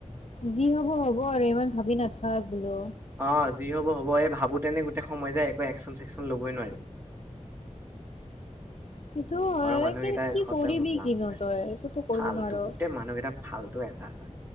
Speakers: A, on the left; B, on the right.
A: যি হ'ব হ'ব আৰু, ইমান ভাবি নাথাক বোলো।
B: অহ' যি হব হ'ব এই ভাবোঁ তেনে গোটেই সময় যায়, একো একচন চেকচন ল'বই নোৱাৰিম।
A: সেইটো হয়
B: ঘৰৰ মানুহকেইটাৰ
A: কিন্তু কি
B: সতে
A: কৰিবি
B: লাভ
A: কি নকৰিবি
B: নাই
A: একোতো কৰিব
B: ফাল্টু
A: নোৱাৰো।
B: গোটেই মানুহকেইটা ফালতটো এটা এটা।